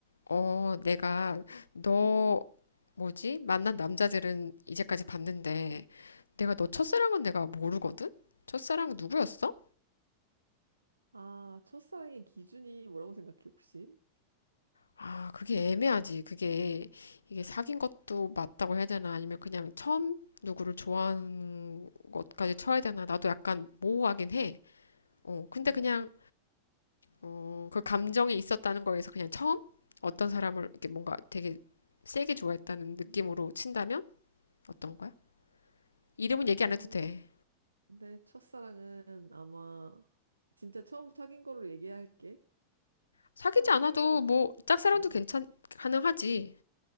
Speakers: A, on the left (about 75°); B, on the right (about 80°).
A: 어, 내가 너 뭐지? 만난 남자들은 이제까지 봤는데 내가 너 첫사랑은 내가 모르거든? 첫사랑 누구였어?
B: 아, 첫사랑의 기준이 뭐라고 생각해, 혹시?
A: 아, 그게 애매하지. 그게 이게 사귄 것도 맞다고 해야 되나? 아니면 그냥 처음 누구를 좋아하는 것까지 쳐야 되나? 나도 약간 모호하긴 해. 어, 근데
B: 음.
A: 그냥 어, 그 감정이 있었다는 거에서 그냥 처음 어떤 사람을 이렇게 뭔가 되게 세게 좋아했다는
B: 음,
A: 느낌으로 친다면 어떤 거야? 이름은
B: 음,
A: 얘기 안 해도 돼.
B: 내 첫사랑은 아마 진짜 처음 사귄 거로 얘기할게.
A: 사귀지
B: 처음
A: 않아도
B: 사귄 거로, 치-
A: 뭐 짝사랑도
B: 어,
A: 괜찮 가능하지.